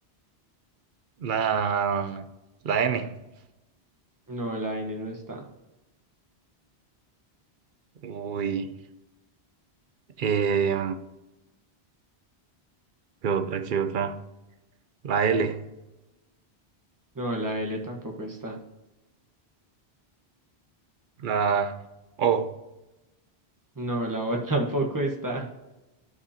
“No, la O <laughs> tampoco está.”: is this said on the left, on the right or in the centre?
Right